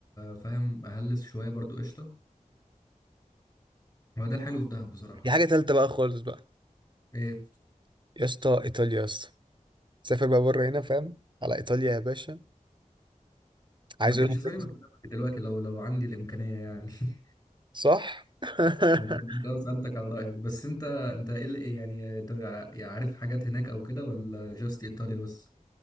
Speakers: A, on the left; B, on the right.
A: فاهم أهلس شوية برضو قشطة هو ده الحلو في دهب بصراحة
B: دي حاجة تالتة بقى خالص بقى
A: ايه
B: يا اسطى إيطاليا يا اسطى سافر بقى بره هنا فاهم على إيطاليا يا باشا عايز
A: ما كانش
B: أروح
A: زماني
B: فينيس
A: ما كنت دلوقتي لو لو عندي الإمكانية يعني <laughs>
B: صح <laughs>
A: ما كنت لو سألتك على رأيك بس انت انت ايه اللي ايه يعني انت ع- عارف حاجات هناك او كده ولا جاست ايطاليا بس